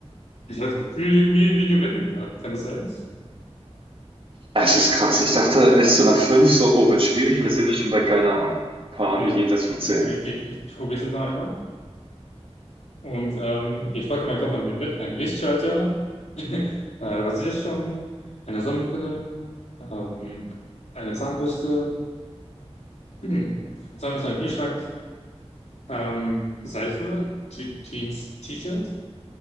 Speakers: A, on the left; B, on the right.
A: ich habe das Gefühl, irgendwie, wir gewinnen gerade. Kann das sein?
B: Es ist krass. Ich dachte echt so nach 5, so, oh, wird schwierig und jetzt sind wir schon bei, keine Ahnung, paar
A: Ja.
B: jenseits von zehn.
A: Okay, komm, ich, ich, ich probiere es jetzt noch einmal. Und ähm, okay, ich packe meinen Koffer mit, mit einen Lichtschalter, <laughs> äh, Rasierschaum, eine Sonnenbrille, ähm, eine Zahnbürste, <clears throat> Zahnbürste, einen Kühlschrank, ähm, Seife, Je Jeans, T-Shirt,